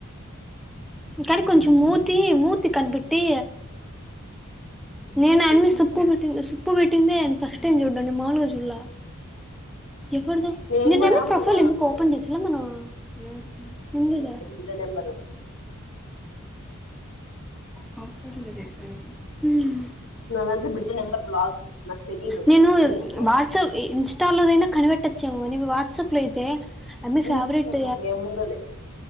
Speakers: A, in the centre; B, on the left (about 80°).
A: ఇకానీ కొంచం మూతి ముతీ కనిపెట్టి నేను అన్ని సప్పు పెట్టి సప్పు పెట్టింద ఫస్ట్ టై చూడ్డా మాలుగ చులా ఎప్పుడుదుో
B: నేను
A: నిన్నమ
B: కూడా
A: ప్రొఫైల్
B: మొన్న
A: ఎందుకు ఓపెన్ చేసలా మనం ఆ ఎ ఉంది దా
B: ఇద నెంబరు
A: హస్పిటల్కి మ్మ్
B: నా దాంట్లో బిడ్జ నెంబర్ బ్లాక్ నాకు తెలీదు
A: నేను
B: ఎందుకు
A: వాట్సప్ ఇస్ ఇటాదనా కనిపెట్టొచ్చాము కానీ వాట్సాప్ లో అయితే అమ
B: ఇన్స్టా
A: ఫెవరెట్
B: ఏముందోలే